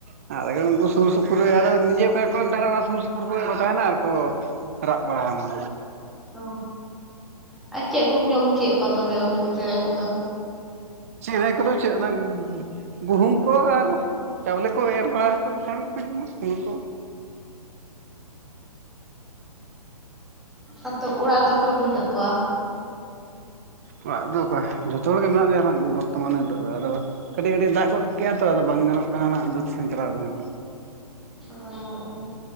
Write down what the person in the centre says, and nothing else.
ᱚ ᱟᱨ ᱪᱮᱜ ᱠᱚᱢ ᱡᱚᱢ ᱚᱪᱚᱭᱮ ᱠᱚᱣᱟ ᱛᱚᱵᱮ ᱩᱱᱠᱩ ᱪᱮᱬᱮ ᱠᱚᱫᱚ?
ᱚ ᱟᱫᱚ ᱚᱲᱟᱜ ᱨᱮᱫᱚ ᱚᱠᱚᱭ ᱠᱚ ᱦᱮᱱᱟᱜ ᱠᱚᱣᱟ?
ᱚᱻ ᱚ